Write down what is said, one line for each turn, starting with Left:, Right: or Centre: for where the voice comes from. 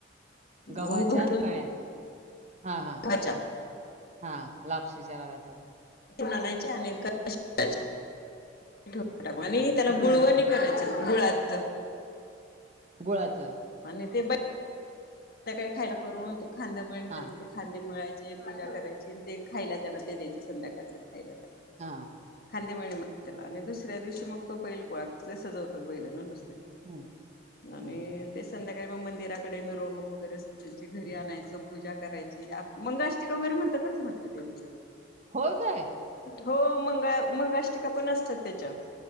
Right: गव्हाच्या
Left: गहू भरडून
Right: कण्या हा, हा
Left: गव्हाच्या
Right: हा लापशीच्या रव्याचं
Left: <unintelligible> <unintelligible> टाकून आणि
Right: हं,
Left: त्याला
Right: किती
Left: गुळवणी
Right: हं.
Left: करायचं गुळाचं
Right: गुळाचं
Left: आणि ते बैलाला त्या संध्याकाळी खायला करून ते खांदंमळणी त्यांचे
Right: हां,
Left: ते खांदे मळायचे पूजा करायची आणि ते खायला त्यांना ते द्यायचं संध्याकाळचं खायला त्यांना
Right: हा
Left: खांदेमळणी म्हणतात त्याला आणि दुसऱ्या दिवशी मग तो बैल पोळा जे सजवतात बैलांना नुसते
Right: हं.
Left: आणि
Right: हम्म.
Left: ते संध्याकाळी मग मंदिराकडे मिरवणूक वगैरे असते त्यांची घरी
Right: हम्म.
Left: आणायचं, पूजा करायची, मंगलाष्टिका वगैरे म्हणतात बरं का मात्र ते त्याच्या.
Right: होय काय?
Left: हो, मंगळा मंगलाष्टिका पण असतात त्याच्या.